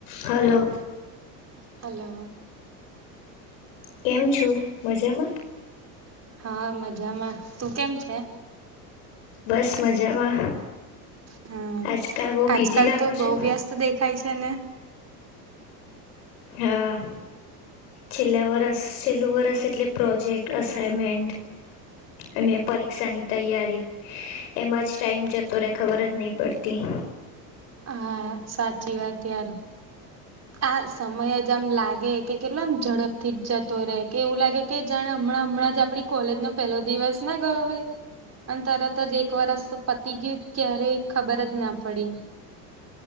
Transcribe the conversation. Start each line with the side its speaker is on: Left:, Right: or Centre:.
Left: Hello
Right: hello
Left: કેમ છો મજામાં
Right: હા મજામાં તું કેમ છે
Left: બસ મજામાં
Right: હમ
Left: આજકાલ બહ
Right: આજકાલ
Left: બિઝી લાગો
Right: તો બહુ
Left: છો
Right: વ્યસ્ત દેખાય છે ને
Left: હા. છેલ્લા વરસ છેલ્લુ વરસ એટલે પ્રોજેક્ટ અસાઇનમેન્ટન્ટ. અને પરીક્ષા ની તૈયારી. એમાંજ ટાઈમ જતો રે ખબર જ નહી પડતી.
Right: હા સાચી વાત ત્યારે આ સમય જ આમ લાગે કે કેટલામ ઝડપ થી જ જતો રહે કે એવું લાગે. કે જાણે હમણા હમણા આપણી. કોલેજ નો પેલો દિવસ ના ગયો હોય પણ તરત જ એક વરસ તો પતી ગયું ક્યારેય. ખબર જ ના પડી.